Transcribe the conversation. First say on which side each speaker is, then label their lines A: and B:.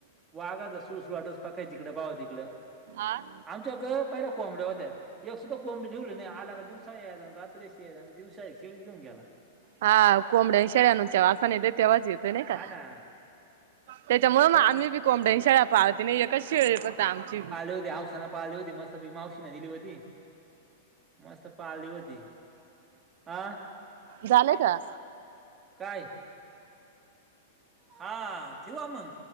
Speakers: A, on the right; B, on the right.
A: वाघायचा सुळसुळाट आहे जिकडे पाहावे तिकडे
B: आठ
A: आमच्या ग पहिल्या कोंबड्या होत्या एक सुद्धा कोंबड ठेवले नाही आला का दिवसा आहे आणि रात्रीशी दिवसा शेळी घेन ग्याला
B: हा कोंबड्या शेळनच्याववा असा नाही ते तेव्हाच येतोय नाही का
A: हा ना
B: त्याच्यामुळे मग
A: त्याला
B: आम्ही
A: का
B: बी कोमड्या शाळा पाहते नाहीय कस शेळ पता आमची
A: व सना पाळली होती मस्त प मावशी न दिली होती मस्त पाळली होती आ
B: झालंय का
A: काय हा ठेऊ अमंग